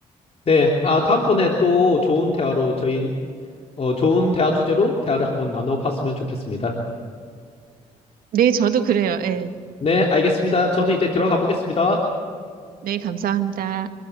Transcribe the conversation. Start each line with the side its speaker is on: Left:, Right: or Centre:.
Left: 네, 아, 다음번에 또 좋은 대화로 저희 어, 좋은 대화 주제로 대화를 한번 나눠봤으면 좋겠습니다.
Right: 네, 저도 그래요. 예.
Left: 네, 알겠습니다. 저는 이제 들어가 보겠습니다.
Right: 네, 감사합니다.